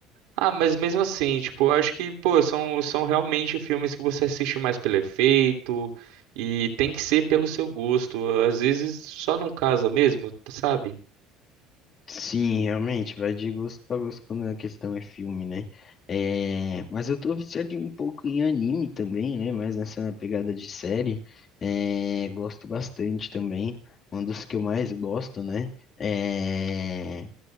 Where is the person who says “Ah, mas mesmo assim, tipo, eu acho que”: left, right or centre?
Right